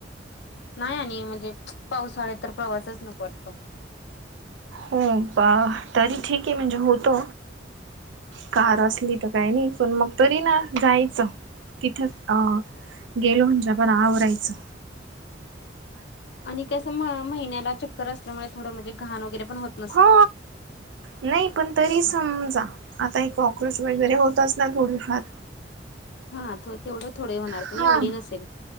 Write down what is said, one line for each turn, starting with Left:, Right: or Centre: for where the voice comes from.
Left: नाय आणि म्हणजे पाऊसाळ्यात तर प्रवासच नको वाटतो.
Right: हो बा तरी ठीक ये म्हणजे होतो. कार असली तर काय नाही पण म तरी ना जायचं तिथं अ गेलो म्हणजे आपण आवरायचं.
Left: आणि कसं म महिन्याला चक्कर असल्यामुळे थोडं म्हणजे घाण वगैरे पण होट
Right: हा नाई पण तरीच समजा आता हे कॉक्रोच वगैरे होतच ना थोडीफार
Left: हा थ तेवढं थोडे होणार
Right: हां
Left: पण एवढी नसेल